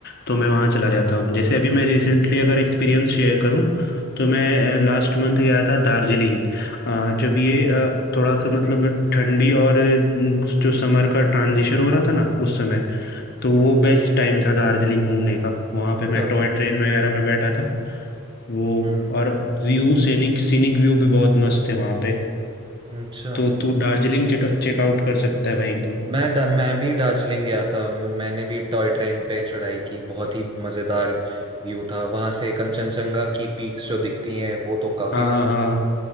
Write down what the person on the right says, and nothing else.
अच्छा
हम्म,
अच्छा
मैं डा, मैं भी दार्जिलिंग गया था मु- मैंने भी टॉय ट्रेन पे चढ़ाई की बहुत ही मज़ेदार व्यू था वहां से कंचनजंगा की पीक्स जो दिखती हैं वो तो काफी